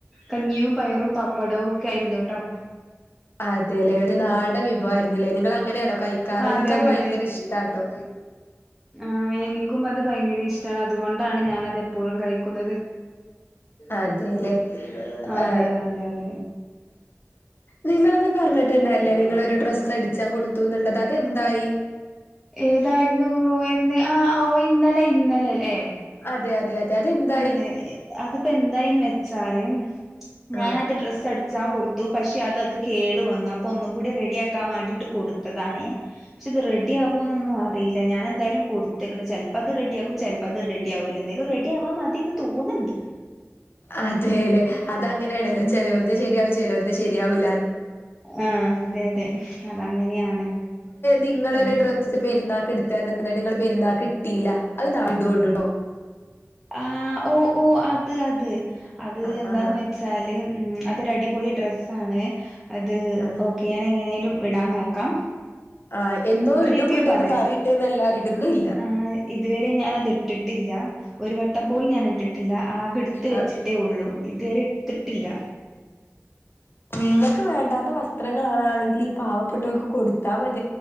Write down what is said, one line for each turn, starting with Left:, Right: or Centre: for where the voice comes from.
Centre: കഞ്ഞിയും പയറും പാപ്പടവും ായിുന്ന കേട്ടോ
Left: അതെല്ലെ ഇത് നാട വിഭവമായിരുന്നില്ലേ നിങ്ങങ്ങനെയ കഴിക്കാറ്
Centre: ആ
Left: എനിക്കത്
Centre: അതെ അതെ
Left: ഭയങ്കര
Centre: അതെ
Left: ഇഷ്ട കേട്ടോ
Centre: ആ എനിക്കും അത് ഭയങ്കര ഇഷ്ട അതുകൊണ്ടാണ് ഞാനത് എപ്പോഴും കഴിക്കുന്നത്
Left: അതെല്ലേ ആ
Centre: അതെ അതെ അതെ
Left: നിങ്ങളത് പറഞ്ഞിട്ടുണ്ടല്ലേ നിങ്ങളൊരു ഡ്രസ് അടിച്ചാ കൊടുത്തുന്നുള്ളത് അതെന്തായി
Centre: ഏതായിരുന്നു എന്ന് ആ ഓ ഇന്നലെ ഇന്നലെ അല്ലെ.
Left: അതെ അതെ അതെ അതെന്തായി
Centre: അതെ അതിപ്പോ എന്തായന്ന് വെച്ചാലും
Left: ആ
Centre: ഞാനാത് ഡ്രസ് അടിച്ചം കൊടു പക്ഷെ അത് അത് കേടു വന്നപ്പോ ഒന്നും കൂടി റെഡിയ ആക്കാൻ വേണ്ടിയിട്ട് കൊടുത്തതാണേ പക്ഷേ അത് റെഡിയകൂ എന്നൊന്നും അറിയില്ല ഞാൻ എന്തായാലും ചെലപ്പോ അത് റെഡി ആകും ചെലപ്പോ അത് റെഡി ആകുല എന്തായാലും. ആവാ മതിന്ന് തോന്നണ്ട്.
Left: അതലെ. അതങ്ങനെയണല്ലോ
Centre: ഉം
Left: ചെലർക്ക് ശരിയാവും ചെലർക്ക് ശരിയാകൂലാന്ന്.
Centre: അ അതെ അതെ അതങ്ങനെയാണ്.
Left: നിങ്ങളൊടെ
Centre: ഉം
Left: ഡ്രസ്സിൻ്റെ പെരന്ത. <inaudible> നിങ്ങ പേരെന്താ കിട്ടയില്ല അത് <inaudible>
Centre: ആഹ് ഓ ഓ അത് അത്. അത്
Left: ആഹ്
Centre: എന്താന്ന്
Left: ആഹ്
Centre: വെച്ചാല്. ഉം അതൊരുടിപൊളി ഡ്രസ്സന്നെ. അത്
Left: ആഹ്
Centre: ഓക്കെ ഞാൻ എങ്ങനെലും ഇടാം നോക്കാം
Left: ആഹ് എന്നോ ഇടും
Centre: റിവ്യൂ
Left: ഇടുംന്ന്
Centre: പറയാ
Left: പറയണ്ട്ന്നല്ലാതെ ഇടുന്നുല്ല
Centre: ആ ഇതുവരെ ഞാനിത് ഇട്ടിട്ട്. ട്ടില്ല. ഒരു വട്ടം പോലും ഞാനിട്ടി. ടില്ല ആകെ എടുത്ത് വെച്ചിട്ടേ
Left: ആഹ്
Centre: ഉള്ളൂ. ഇതുവരെ ഇട്ടിടില്ല.
Left: നിങ്ങക്ക് വേണ്ടാത്ത വസ്ത്രങ്ങളാണെങ്കി ഈ പാവപ്പെട്ടവർക്ക് കൊടുത്താ മതി.